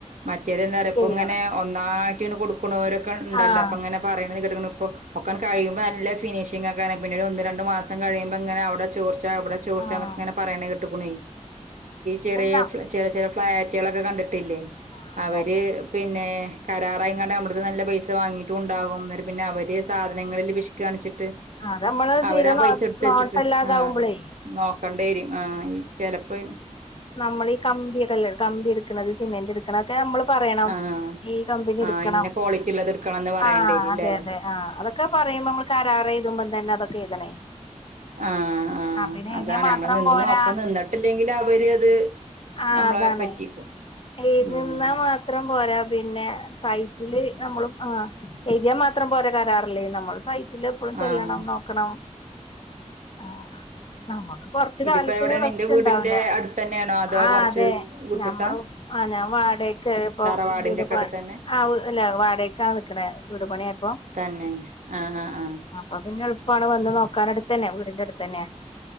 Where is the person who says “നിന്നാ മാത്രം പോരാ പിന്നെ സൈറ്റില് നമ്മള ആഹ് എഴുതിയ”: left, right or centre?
Left